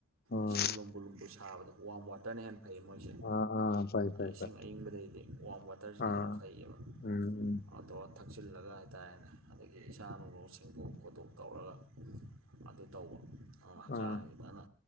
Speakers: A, on the left; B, on the right.
A: ꯑꯥ
B: ꯏꯁꯤꯡ ꯂꯨꯝꯕꯨ ꯂꯨꯝꯕꯨ ꯁ ꯑꯗꯣ ꯋꯥꯔꯝ ꯋꯥꯇꯔꯅ ꯍꯦꯟꯅ ꯐꯩ ꯃꯣꯏꯁꯦ
A: ꯑꯥ ꯑꯥ ꯐꯩ ꯐꯩ
B: ꯏꯁꯤꯡ
A: ꯐꯩ
B: ꯑꯏꯪꯕꯗꯩꯗꯤ ꯋꯥꯔꯝ ꯋꯥꯇꯔꯁꯤꯅ
A: ꯑꯥ
B: ꯍꯦꯟꯅ ꯐꯩꯌꯦꯕ
A: ꯎꯝ
B: ꯑꯗꫭ ꯊꯛꯆꯤꯜꯂꯒ ꯍꯥꯏꯇꯥꯔꯦꯅꯦ ꯑꯗꯒꯤ ꯏꯁꯥ ꯅꯨꯡ ꯁꯦꯡꯗꯣꯛ ꯈꯣꯠꯇꯣꯛ ꯇꯧꯔꯒ ꯑꯗꯨ ꯇꯧꯕ ꯑ ꯍꯛꯆꯥꯡꯖꯤ
A: ꯑꯥ
B: ꯐꯖꯅ